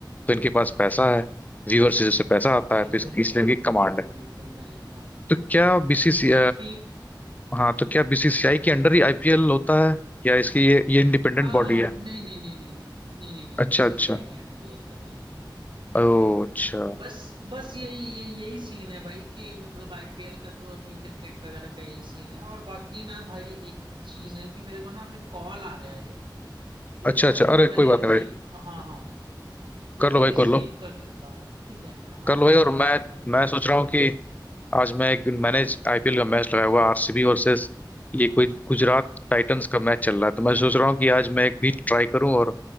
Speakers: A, on the left; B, on the right.
A: तो इनके पास पैसा है व्यूअरशिप से पैसा आता
B: बिल्कुल
A: है तो इस- इसलिए
B: बिल्कुल
A: इनकी कमांड
B: बिल्कुल
A: है
B: बिल्कुल भाई हाँ
A: तो क्या बीसीसी
B: लाइक फी
A: हाँ तो क्या बीसीसीआई के अंडर ही आईपीएल होता है या इसकी ये ये इंडिपेंडेंट
B: हाँ
A: बॉडी
B: हाँ
A: है
B: नहीं नहीं नहीं नहीं नहीं नहीं नहीं नहीं
A: अच्छा
B: बीसीसीआई
A: अच्छा
B: के अंडर ही होता है भाई
A: ओ अच्छा
B: बस बस यही यही यही सीन है भाई कि मतलब आईपीएल का तो अभी क्रिकेट वगैरह का यही सीन है और बाकी ना भाई एक चीज है कि मेरे को ना अभी कॉल आ रहा है एक लाइक
A: अच्छा अच्छा
B: मैं उसको
A: अरे
B: पहले
A: कोई बात
B: रिसीव
A: नहीं भाई
B: हाँ हाँ
A: कर
B: एक
A: लो भाई
B: रिसीव
A: कर लो
B: कर लेता हूँ ठीक है हाँ
A: कल भाई
B: हाँ
A: और मैं
B: लाइक मैं उसको
A: मैं
B: रिसीव
A: सोच रहा
B: कर
A: हूँ कि
B: लूँ
A: आज मैं एक मैंने आईपीएल का मैच लगाया हुआ आरसीबी वर्सेस ये कोई गुजरात टाइटंस का मैच चल रहा है तो मैं सोच रहा हूँ कि आज मैं एक भी ट्राई करूँ और